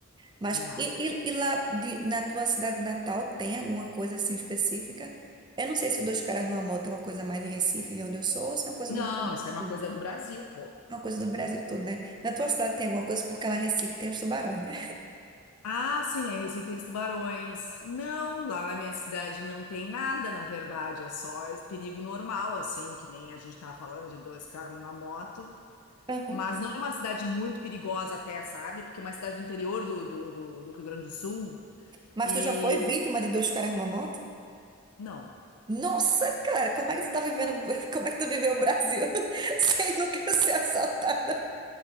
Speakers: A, on the right; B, on the left.
A: Mas
B: é.
A: e, e- e lá de- na tua cidade natal tem alguma coisa assim específica? Eu não sei se o Dois Caras numa Moto é uma coisa mais de Recife, de onde eu sou, ou se é uma coisa
B: Não,
A: do Brasil
B: isso é uma
A: todo.
B: coisa do Brasil, pô.
A: É Uma coisa do Brasil todo, né? Na tua cidade tem alguma coisa, porque lá em Recife tem os tubarões, né?
B: Ah, sim, né? Recife tem os tubarões. Não, lá na minha cidade não tem nada, na verdade. É só esse perigo normal, assim, que nem a gente tava falando de dois caras numa moto.
A: Aham.
B: Mas não é uma cidade muito perigosa até, sabe? Porque é uma cidade do interior do, do, do, do Rio Grande do Sul.
A: Mas
B: E
A: tu já foi vítima de Dois Caras numa Moto?
B: não.
A: Nossa, cara, como é que tu tá vivendo, <laughs> como é que tu viveu o Brasil <laughs> sem nunca ser assaltada